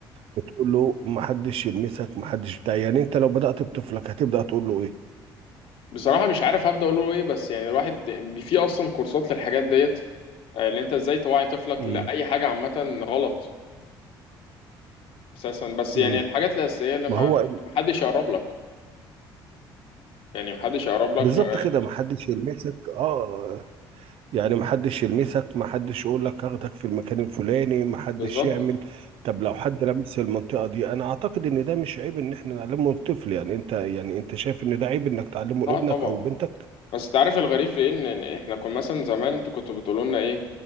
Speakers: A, on the right (about 65°); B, on the left (about 70°).
A: بتقول له ما حدش يلمسك ما حدش بتاع يعني انت لو بدأت بطفلك هتبدأ تقول له ايه
B: بصراحه مش عارف هبدا اقول له ايه بس يعني الواحد بي- في اصلا كورسات للحاجات ديت آه، اللي انت ازاي توعي طفلك
A: امم
B: لاي حاجه عامه غلط اساسا بس
A: امم
B: يعني الحاجات الاساسيه اللي
A: ما
B: ما
A: هو
B: محدش يقرب لك يعني محدش يقرب لك
A: بالظبط
B: آه،
A: كده ما حدش يلمسك اه يعني محدش يلمسك محدش يقول لك اخدك في المكان الفلاني محدش
B: بالظبط
A: يعمل طب لو حد لمس المنطقة دي انا اعتقد ان ده مش عيب ان احنا نعلمه الطفل يعني انت يعني انت شايف ان ده عيب انك تعلمه
B: اه
A: لابنك
B: طبعا
A: او بنتك
B: بس انت عارف الغريب في إيه؟ ان إن احنا كنا مثلا زمان انتوا كنتوا بتقولوا لنا ايه